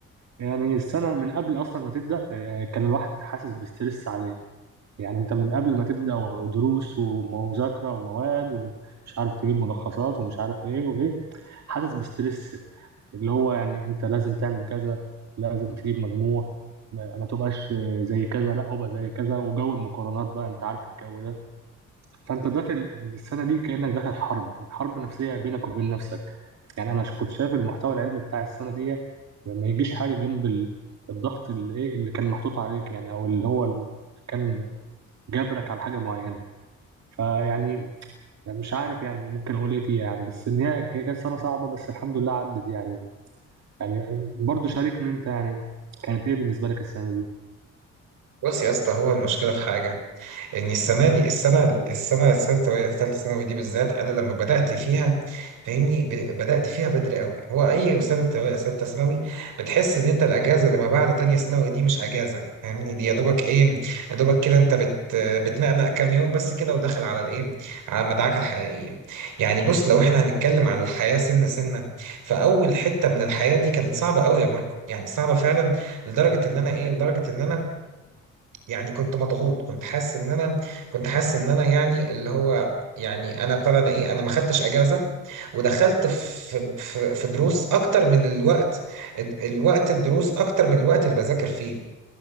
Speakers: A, on the right; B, on the right.
A: يعني السنة من قبل أصلا ما تبدأ آه، كان الواحد حاسس بستريس عليه يعني أنت من قبل ما تبدأ دروس ومذاكرة ومواد ومش عارف تجيب ملخصات ومش عارف إيه وإيه حاسس بستريس اللي هو يعني انت لازم تعمل كذا لازم تجيب مجموع ما ما تبقاش زي كذا لا ابقى زي كذا وجو المقارنات بقى انت عارف الجو ده فانت داخل السنه دي كانك داخل حرب حرب نفسيه بينك وبين نفسك يعني انا كنت شايف المحتوى العلمي بتاع السنه دي ما يجيش حاجه جنب ال- الضغط اللي ايه اللي كان محطوط عليك يعني او اللي هو اللي كان جبرك على حاجه معينه فيعني مش عارف يعني ممكن اقول ايه فيها يعني بس ان هي هي كانت سنه صعبه بس الحمد لله عدت يعني يعني برضه شاركني انت يعني كانت ايه بالنسبه لك السنه دي
B: بص يا اسطى هو المشكلة في حاجة ان السنه دي السنه السنه السنه ثالثه ثانوي دي بالذات انا لما بدات فيها فاهمني ب- بدات فيها بدري قوي هو اي سنه ثالثه ثانوي بتحس ان انت الاجازه اللي ما بعد تانية ثانوي دي مش اجازه فاهمني دي يا دوبك ايه يا دوبك كده انت بت بتنقنق كام يوم بس كده وداخل على الايه على المدعكه الحقيقيه يعني بص لو احنا هنتكلم عن الحياه سنه سنه فاول حته من الحياه دي كانت صعبه قوي يا ماركو يعني صعبه فعلا لدرجه ان انا ايه لدرجه ان انا يعني كنت مضغوط كنت حاسس ان انا كنت حاسس ان انا يعني اللي هو يعني انا ابتدى انا ايه انا ما خدتش اجازه ودخلت في في في دروس اكتر من الوقت ال- الوقت الدروس اكتر من الوقت اللي بذاكر فيه